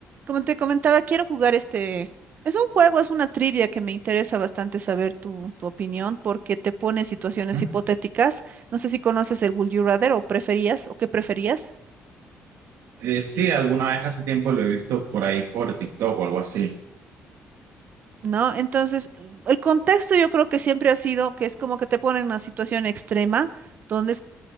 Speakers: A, on the right (about 40°); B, on the right (about 80°).
A: Como te comentaba, quiero jugar este. Es un juego, es una trivia que me interesa bastante saber tu, tu opinión porque te pone en situaciones
B: ¿Mm?
A: hipotéticas. No sé si conoces el Would You Rather o preferías o qué preferías,
B: Eh, sí, alguna vez hace tiempo lo he visto por ahí por TikTok o algo así.
A: ¿no? Entonces, el contexto yo creo que siempre ha sido que es como que te ponen en una situación extrema donde es-